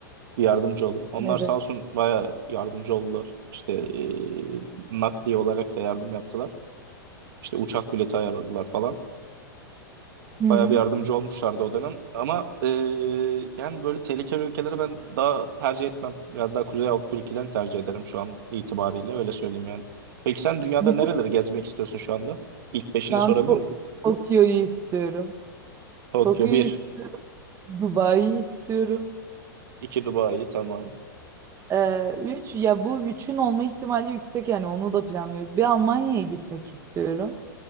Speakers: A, on the right (about 65°); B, on the right (about 25°).
A: Bir yardımcı olun. Onlar
B: Evet.
A: sağ olsun baya yardımcı oldular. İşte eee nakdi olarak da yardım yaptılar. İşte uçak bileti ayarladılar falan.
B: Hı hı.
A: Bayağı bir yardımcı olmuşlardı o dönem. Ama e, yani böyle tehlikeli ülkeleri ben daha tercih etmem. Biraz daha Kuzey Avrupa ülkelerini tercih ederim şu an itibariyle. Öyle söyleyeyim yani. Peki sen dünyada
B: Bir de
A: nereleri gezmek istiyorsun şu anda? İlk beşini
B: şu an
A: sorabilir
B: To-
A: miyim?
B: Tokyo'yu istiyorum.
A: Tokyo
B: Tokyo'yu
A: bir
B: istiyorum. Dubai'yi istiyorum.
A: 2 Dubai tamam.
B: Ee, üç ya bu üçün olma ihtimali yüksek yani onu da planlıyoruz. Bir Almanya'ya gitmek istiyorum.